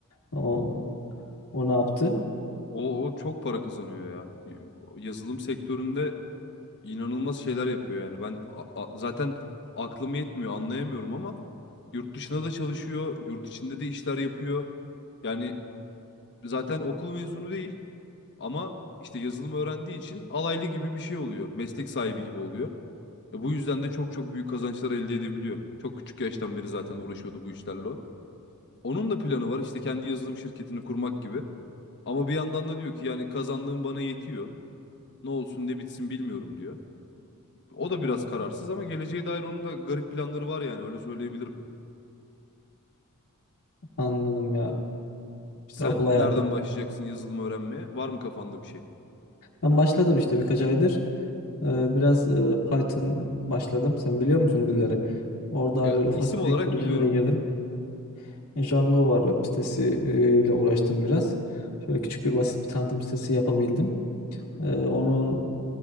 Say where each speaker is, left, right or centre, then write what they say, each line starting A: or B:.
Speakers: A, on the left (about 90°); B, on the left (about 55°).
A: O, o ne yaptı?
B: O, o çok para kazanıyor ya. Yazılım sektöründe inanılmaz şeyler yapıyor yani. Ben a- a- zaten aklım yetmiyor, anlayamıyorum ama yurt dışına da çalışıyor, yurt içinde de işler yapıyor. Yani zaten okul mezunu değil. Ama işte yazılım öğrendiği için alaylı gibi bir şey oluyor. Meslek sahibi gibi oluyor. E bu yüzden de çok çok büyük kazançlar elde edebiliyor. Çok küçük yaştan beri zaten uğraşıyordu bu işlerle o. Onun da planı var işte kendi yazılım şirketini kurmak gibi. Ama bir yandan da diyor ki yani kazandığım bana yetiyor. Ne olsun ne bitsin bilmiyorum diyor. O da biraz kararsız ama geleceğe dair onun da garip planları var yani öyle söyleyebilirim.
A: Anladım ya. İşte
B: Sen
A: okul hayatı
B: nereden başlayacaksın yazılım öğrenmeye? Var mı kafanda bir şey?
A: Ben başladım işte birkaç aydır. Ee, biraz e, Python başladım. Sen biliyor musun dilleri? Orada
B: Ya,
A: hani böyle ufak
B: isim
A: tefek
B: olarak
A: projelere
B: biliyorum.
A: girdim. Django var web sitesi e, ile uğraştım biraz. Şöyle küçük bir basit bir tanıtım sitesi yapabildim.
B: Hı hı.
A: Ee, onu